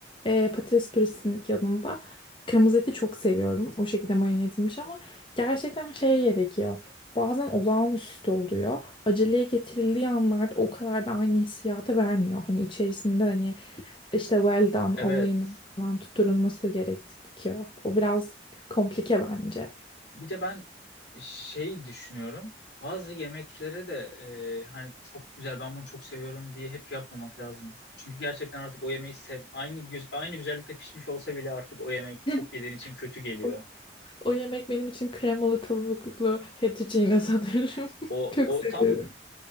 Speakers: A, on the left; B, on the left.
A: e, patates püresinin yanında kırmızı eti çok seviyorum o şekilde marine edilmiş ama gerçekten şey gerekiyor bazen olağanüstü oluyor aceleye getirildiği anlarda o kadar da aynı hissiyatı vermiyor hani içerisinde hani işte well done
B: Evet.
A: olayının falan tutturulması gerekiyor o biraz komplike bence.
B: Bir de ben şey düşünüyorum. Bazı yemeklere de e, hani çok güzel ben bunu çok seviyorum diye hep yapmamak lazım. Çünkü gerçekten artık o yemeği sev aynı güz- aynı güzellikte pişmiş olsa bile artık o yemek çok
A: <laughs>
B: yediğin için kötü geliyor.
A: O, o yemek benim için kremalı tavuklu fettuccine sanırım. <laughs>
B: O
A: Çok
B: o
A: seviyorum.
B: tam